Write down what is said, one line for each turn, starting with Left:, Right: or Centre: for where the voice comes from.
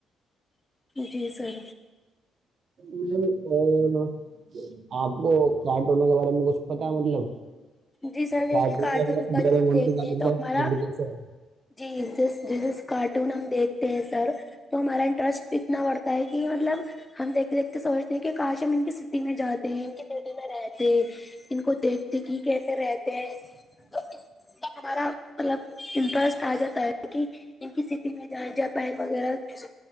Left: جی سر
Right: میم اورنا آپ کو کارٹونوں کے بارے میں کچھ پتا مطلب
Left: جی سر دیکھیے
Right: کٹن
Left: کارٹون کا
Right: میرا
Left: جو ہم
Right: من
Left: دیکھتے
Right: کاٹ
Left: ہیں تو ہمارا
Right: کاڈسا ہے
Left: جی جس جس کارٹون ہم دیکھتے ہیں سر تو ہمارا انٹرسٹ اتنا بڑھتا ہے کہ مطلب ہم دیکھتے دیکھتے سوچتے ہیں کہ کاش ہم ان کی سٹی میں جاتے ہیں ان کی سٹی میں رہتے ان کو دیکھتے کہ کیسے رہتے ہیں
Right: ہ
Left: تو ہمارا مطلب انمٹرسٹ آ جاتا ہے کہ ان کی سٹی میں جیں جہ پیر وغیرہ جس